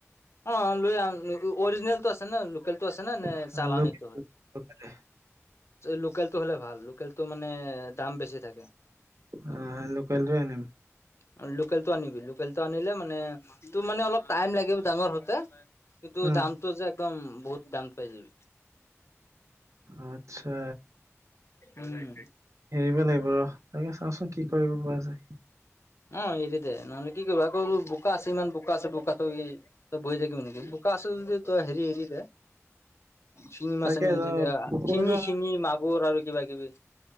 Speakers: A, on the left; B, on the right.
A: অ লৈ অ-অ-অৰিজিনেলটো আছে নে লোকেলটো আছে নে নে
B: লগৰটো
A: চালানীটো?
B: লোকেলে
A: লোকেলটো হ'লে ভাল লোকেলটো মানে দাম বেছি থাকে।
B: অ সেই লোকেলটোৱে আনিম।
A: অ লোকেলটো আনিবি লোকেলটো অনিলে মানে, তোৰ মানে অলপ টাইম লাগে ডাঙৰ হওঁতে। কিন্তু
B: উম
A: দামটো যে একদম বহুত দাম পাই যাবি।
B: আত্ছা।
A: উম
B: এৰিব লাগিব ৰ, তাকে চাওচোন কি কৰিব পৰা যায়।
A: অ এৰি দে নহ'লে কি কৰিব আকৌ বোকা আছে ইমান বোকা আছে বোকাটো তই বহি থাকিবি নেকি, বোকা আছে যদি তই হেৰি এৰি দে। শিঙি
B: তাকে
A: মাছ আনি এৰি
B: ৰ
A: দে, আ
B: পুখুৰীটো
A: শিঙি শিঙি মাগুৰ আৰু কিবা কিবি।